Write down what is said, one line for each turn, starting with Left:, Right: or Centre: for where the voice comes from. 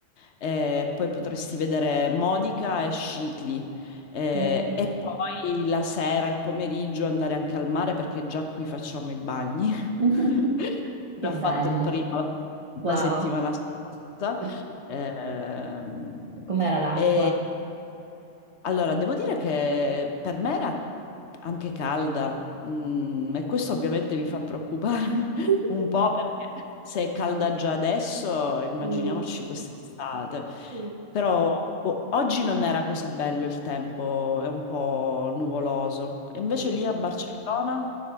Left: eh, poi potresti vedere Modica e Scicli eh,
Right: Buono.
Left: e poi la sera, il pomeriggio andare anche al mare perché già qui facciamo i bagni.
Right: <laughs>
Left: <laughs> già
Right: Che
Left: fatto
Right: bello.
Left: il primo la,
Right: Wow,
Left: la settimana scorsa.
Right: E
Left: Ehm,
Right: com'era l'acqua?
Left: e allora, devo dire che per me era anche calda, mm, e questo ovviamente mi fa preoccupare
Right: <laughs>
Left: <laughs> un po' perché se è calda già adesso, immaginiamoci
Right: Mm,
Left: quest'estate.
Right: mm,
Left: Però boh, oggi non era così bello il tempo, è un po' nuvoloso. E invece
Right: mm.
Left: lì a Barcellona?